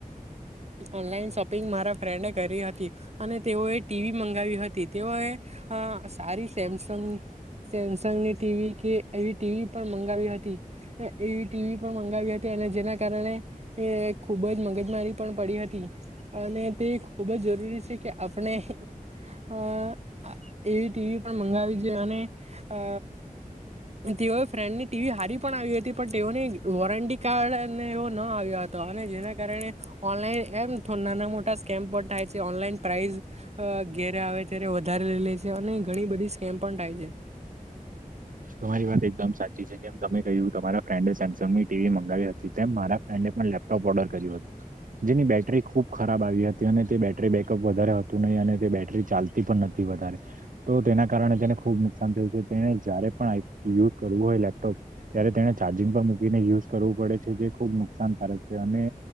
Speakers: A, on the right (about 45°); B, on the right (about 65°).
A: ઓનલાઈન, શોપિંગ મારા ફ્રેન્ડ કરી હતી. અને તેઓએ, ટીવી મંગાવી હતી તેઓએ સારી સેમસ સ સેમસંગની ટીવી, કે એવી ટીવી પણ મંગાવી હતી એવી ટીવી પણ મંગાવી હતી, અને જેના કારણે એ ખુબજ મગજમારી, પણ પડી હતી. અને તે ખૂબ જ જરૂરી છે કે આપણે અ એવી ટીવી પણ મંગાવી છે અને અ તેઓએ ફ્રેન્ડની ટીવી હારી પણ આવી હતી પણ તેઓની વોરંટી કાર્ડને એ ન આવ્યા હતા. અને જેના કારણે ઓનલાઈન એમ નાના મોટા સ્કેમ પણ થાય છે ઓનલાઈન પ્રાઇસ અ ઘેરે આવે વધારે લઈ લે છે અને ઘણી બધી સ્કેમ પણ થાય છે.
B: તમારી વાત એકદમ સાચી છે જેમ તમે કહ્યું તમારા ફ્રેન્ડે સેમસંગ ની ટીવી મંગાવી હતી તેમ મારા ફ્રેન્ડ લેપટોપ ઓર્ડર કર્યું હતું જેની બેટરી ખુબ ખરાબ આવી હતી અને તે બેટરી બેકઅપ વધારે હતું. અને તે બેટરી ચાલતી પણ નથી વધારે તો તેના કારણે તેને ખુબ નુકસાન થયું છે તેને જ્યારે યુઝ કરવું હોય લેપટોપ ત્યારે તેને ચાર્જિંગ પર મૂકીને યુઝ કરવું પડે છે જે ખુબ નુકસાન કારક છે અને